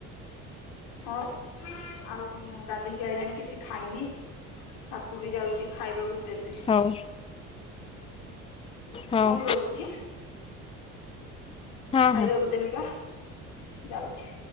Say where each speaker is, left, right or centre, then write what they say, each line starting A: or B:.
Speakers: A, on the left (about 85°); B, on the left (about 15°).
A: ହଁ ପା ଆଉ ଗାଧୋଇକି ଆଇଲାଣି କିଛି ଖାଇନି ତାକୁ ବି ଯାଉଚି ଖାଇବାକୁ ଦେବି।
B: ହଉ ହଉ
A: ହୋଉ ରହୁଚି
B: ହଁ
A: ଖାଇବାକୁ
B: ହଁ।
A: ଦେମି ପା। ଯାଉଚି।